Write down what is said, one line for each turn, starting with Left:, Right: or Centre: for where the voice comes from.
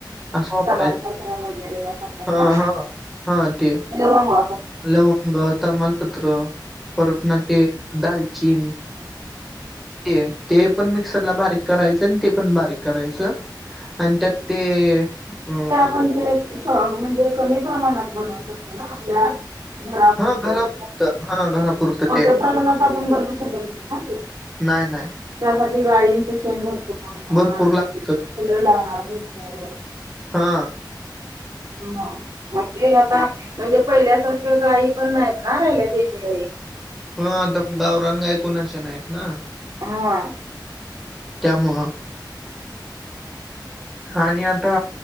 Centre: असा वापराय,
Right: समाजपत्र वगैरे वापरतात
Centre: हा
Right: ना
Centre: हा हा ते
Right: लवंग
Centre: लवंग, तमालपत्र परत ना ते, दालचीन ते, ते पण मिक्सरला बारीक करायचं, आणि ते पण बारीक करायचं आणि त्यात ते, अ
Right: आणि ते, हां म्हणजे कमी प्रमाणात बनवू शकतो ना आपल्या घरापुरतं,
Centre: हां, हां, घरापुरतं
Right: मोठ्या
Centre: ते.
Right: प्रमाणात आपण बरी सगळेजण ना ते
Centre: नाय नाय
Right: त्यासाठी गायींच शेण भरपूर लावणार,
Centre: भरपूर लागतं.
Right: फुलं लावणार भरपूर.
Centre: हा
Right: हम, मग ते आता म्हणजे पहिल्यासारख्या गायी पण नाहीत ना राहिल्या देशी गाई.
Centre: हा, आता गावरान गाय कोणाच्या नाहीत ना
Right: हा
Centre: त्यामुळं आणि आता